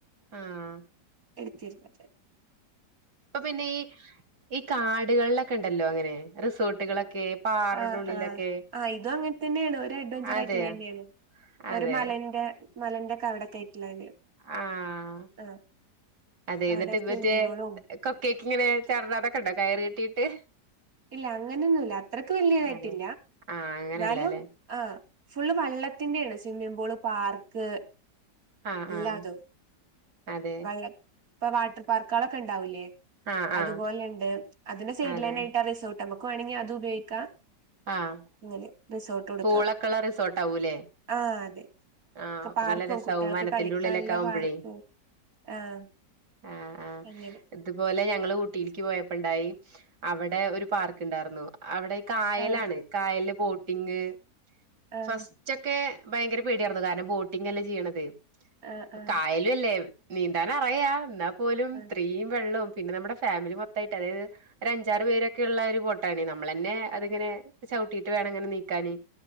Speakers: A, on the right; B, on the right.
A: ആഹ്
B: ഇട്ത്തീര്ന്നത്
A: ഇപ്പൊ പിന്നെ ഈ ഈ കാടുകളിലൊക്കെ ഉണ്ടല്ലോ അങ്ങനെ റിസോർട്ടുകളൊക്കെ പാറയുടെ
B: ആഹ്
A: ഉള്ളിലൊക്കെ
B: ആഹ് ആഹ് ഇതും അങ്ങനെ തന്നെയാണ് ഒരു അഡ്വഞ്ചർ
A: അതെയോ
B: ആയിട്ടുള്ള തന്നെയാണ്
A: അതെ
B: ഒരു മലന്റെ മലന്റെ ഒകെ അവിടെ ആട്ടുള്ളല്
A: ആഹ്
B: ആഹ്
A: അതെ എന്നിട്ട്
B: അവിടെ സ്വിമ്മിംഗ്
A: മറ്റേ
B: പൂളും
A: കൊക്കേക്ക് ഇങ്ങനെ ചടാ അതൊക്കെ ഉണ്ടോ കയറ് കെട്ടിയിട്ട്
B: ഇല്ല അങ്ങനെന്നുല്ല അത്രക്ക് വല്യതായിട്ടില്ല
A: അതെ ആഹ് അങ്ങനെയല്ലല്ലേ
B: ന്നാലും ആഹ് ഫുള്ള് വള്ളത്തിന്റെ ണ് സ്വിമ്മിംഗ്പൂള് പാർക്ക്
A: ആഹ്
B: ഇല്ലാ
A: ആഹ്
B: അതും
A: അതെ
B: വള്ള പ്പ വാട്ടർ പാർക്കളക്കെ ണ്ടാവുലേ
A: ആഹ് ആഹ്
B: അതുപോലെണ്ട് അതിന്റെ സൈഡ്
A: അതെ
B: ലൈനായിട്ട് ആഹ് റിസോ നമ്മക്ക് വാണെങ്കി അത് ഉപയോഗിക്കാം.
A: ആഹ്
B: ഇങ്ങനെ റിസോർട്ട് കൊടുക്കാ
A: പൂളക്കള റിസോർട്ട് ആവൂല്ലേ?
B: ആഹ് അതെ
A: ആഹ് അപ്പ
B: പാർക്കും
A: നല്ല രസാവും.
B: കുട്ടികൾക്ക്
A: വനത്തിന്റെ
B: കളിക്കാനുള്ള
A: ഉള്ളിലക്ക ആവുമ്പഴേ
B: പാർക്കും ആഹ്
A: ആഹ് ആഹ്
B: അങ്ങനെ
A: എ ഇതുപോലെ ഞങ്ങള് ഊട്ടിൽക്ക് പോയപ്പോ ണ്ടായി അവടെ ഒരു പാർക്ക് ണ്ടാരുന്നു അവടെ കാ
B: ആഹ്
A: ണ് കായൽന്റെ ബോട്ടിങ്
B: ആഹ്
A: ഫസ്റ്റ്ക്കെ ഭയങ്കര പേടിയായിരുന്നു കാരണം ബോട്ടിങ് അല്ലേ ചെയ്യണത്
B: ആഹ് ആഹ്
A: കായൽ ല്ലേ നീന്താന അറയാ ന്നാ പോലും
B: ആഹ്
A: സ്ത്രീയും വെള്ളോം പിന്നെ നമ്മുടെ ഫാമിലി മൊത്തായിട്ട് അതായത് ഒരു അഞ്ചാറ് പേരൊക്കെ ള്ള ഒരു ബോട്ടാണ് നമ്മളന്നെ അത്ങ്ങനെ ചൗട്ടിട്ട് വേണങ്ങനെ നീക്കാന്.